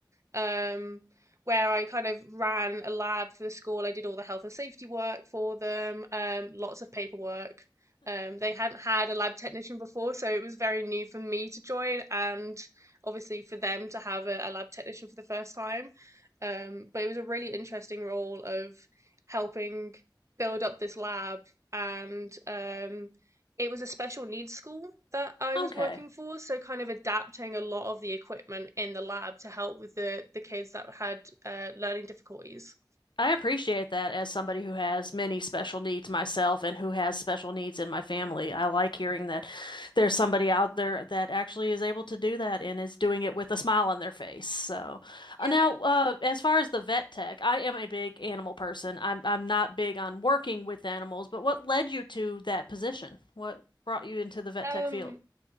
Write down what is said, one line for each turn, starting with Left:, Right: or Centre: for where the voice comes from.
Right: um, where I kind of ran a lab for the school. I did all the health and safety work for them, um, lots of paperwork. Um, they hadn't had a lab technician before, so it was very new for me to join, and obviously for them to have a, a lab technician for the first time. Um, but it was a really interesting role of helping build up this lab and um, it was a special needs school that I
Left: Okay.
Right: was working for, so kind of adapting a lot of the equipment in the lab to help with the the kids that had uh, learning difficulties.
Left: I appreciate that as somebody who has many special needs myself and who has special needs in my family. I like hearing that there's somebody out there that actually is able to do that and is doing it with a smile on their face. So, uh,
Right: Yeah.
Left: now, uh, as far as the vet tech, I am a big animal person. I'm I'm not big on working with animals, but what led you to that position? What brought you into the vet
Right: Um,
Left: tech field?